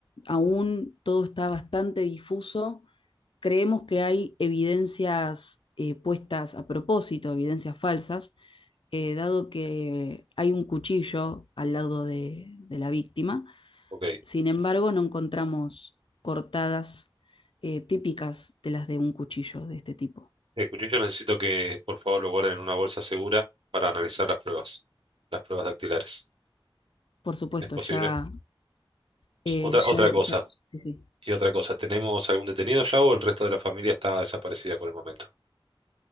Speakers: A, on the left; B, on the right.
A: aún todo está bastante difuso. Creemos que hay evidencias eh, puestas a propósito, evidencias falsas, eh, dado que hay un cuchillo al lado de, de la víctima.
B: ok.
A: Sin embargo, no encontramos cortadas eh, típicas de las de un cuchillo de este tipo.
B: El cuchillo necesito que por favor lo guarden en una bolsa segura para analizar las pruebas, las pruebas dactilares.
A: Por supuesto,
B: ¿Es posible?
A: ya, eh,
B: Otra,
A: ya,
B: otra cosa.
A: ya- sí, sí.
B: Y otra cosa, ¿tenemos algún detenido ya o el resto de la familia está desaparecida por el momento?